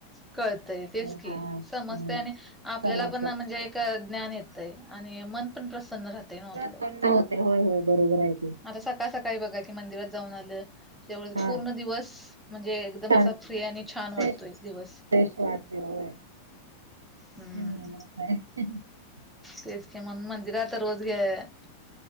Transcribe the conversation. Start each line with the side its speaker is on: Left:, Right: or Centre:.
Centre: कळतय तेच
Right: हा
Centre: की
Right: हम्म.
Centre: समजतं आणि आपल्याला
Right: समजतंय.
Centre: पण म्हणजे एक ज्ञान येत -- आणि मन पण प्रसन्न राहतय नव्हं
Right: प्रसन्न
Centre: आपलं.
Right: होते होय. होय. बरोबर आहे ते.
Centre: आता सका सकाळी बघा की मंदिरात जाऊन आलं तेवढं
Right: हा
Centre: पूर्ण दिवस म्हणजे -- एकदम
Right: छान
Centre: असा फ्री आणि छान
Right: फ्रेश
Centre: वाटतोय दिवस.
Right: वाटते होय
Centre: हम्म
Right: ते बरोबर <unintelligible>
Centre: तेच की म्हणुन मंदिरात रोज गे- -